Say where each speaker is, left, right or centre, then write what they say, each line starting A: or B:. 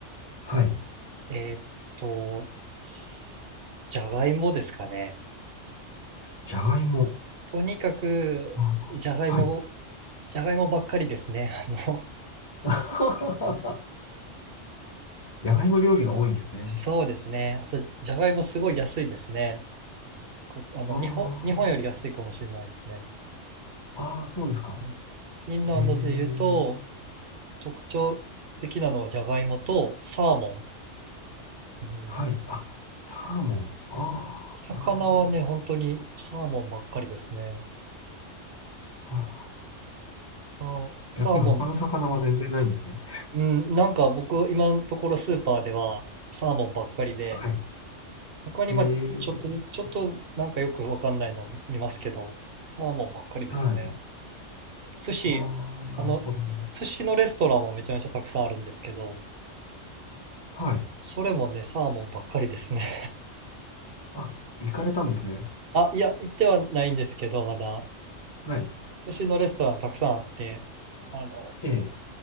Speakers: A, on the left; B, on the right.
A: はい。
B: えーっと、すじゃがいもですかね。
A: じゃがいも。
B: とにかく、
A: あはい。
B: じゃがいも、じゃがいもばっかりですね。<laughs> あの、
A: <laughs> じゃがいも料理が多いんですね。
B: そうですね。あと、じゃがいもすごい安いですね。こあの、
A: あ
B: 日本、日本より安いかもしれないですね。
A: あ。ああ、そうですか。
B: うんフィンランドで言うと、
A: ええ。
B: 特徴的なのはじゃがいもとサーモン。うん、
A: はい。あ、サーモン。ああ、
B: 魚はね、
A: なるほど、なるほど。
B: 本当にサーモンばっかりですね。
A: あ
B: サー、サーモン
A: ー逆に他の魚は全然ないんですね。
B: うん、なんか僕、今のところスーパーではサーモンばっかりで、
A: はい。
B: 他にまあちょっとず、
A: ええ。
B: ちょっとなんかよくわかんないの見、見ますけど、サーモンばっかりですね。
A: はい。
B: 寿司、
A: ああ、なるほど。
B: あの、寿司のレストランもめちゃめちゃたくさんあるんですけど、
A: はい。
B: それもね、サーモンばっかりですね。
A: あ、行かれたんですね。
B: <laughs> あ、いや、行ってはないんですけど、まだ、
A: はい。
B: 寿司のレストランたくさんあって、あの、
A: ええ。